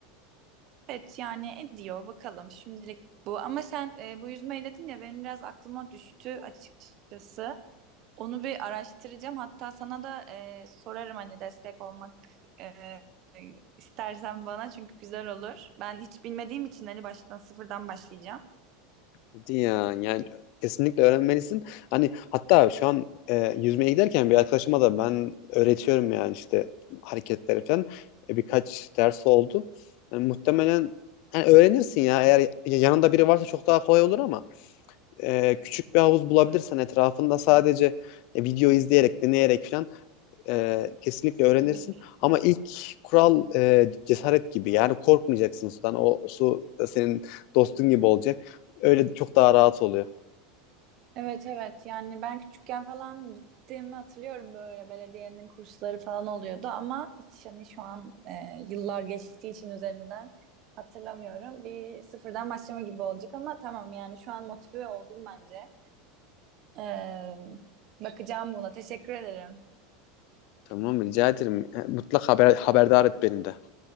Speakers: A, on the right (about 40°); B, on the left (about 50°).
A: Evet yani ediyor bakalım şimdilik bu. Ama sen e, bu yüzmeyi dedin ya benim biraz aklıma düştü açıkçası. Onu bir araştıracağım. Hatta sana da e, sorarım hani destek olmak e, istersen bana çünkü güzel olur. Ben hiç bilmediğim için hani baştan sıfırdan başlayacağım.
B: Hadi ya yani kesinlikle öğrenmelisin. Hani hatta şu an e, yüzmeye giderken bir arkadaşıma da ben öğretiyorum yani işte hareketleri falan. E, birkaç ders oldu. Yani muhtemelen yani öğrenirsin ya eğer yanında biri varsa çok daha kolay olur ama e, küçük bir havuz bulabilirsen etrafında sadece e, video izleyerek deneyerek falan e, kesinlikle öğrenirsin.
A: Hı hı.
B: Ama ilk kural e, cesaret gibi. Yani korkmayacaksın sudan. O su senin dostun gibi olacak. Öyle çok daha rahat oluyor.
A: Evet evet yani ben küçükken falan gittiğimi hatırlıyorum böyle belediyenin kursları falan oluyordu ama hiç hani şu an e, yıllar geçtiği için üzerinden hatırlamıyorum. Bir sıfırdan başlama gibi olacak ama tamam yani şu an motive oldum bence. Ee, bakacağım buna teşekkür ederim.
B: Tamam rica ederim. E, Mutlak haber, haberdar et beni de.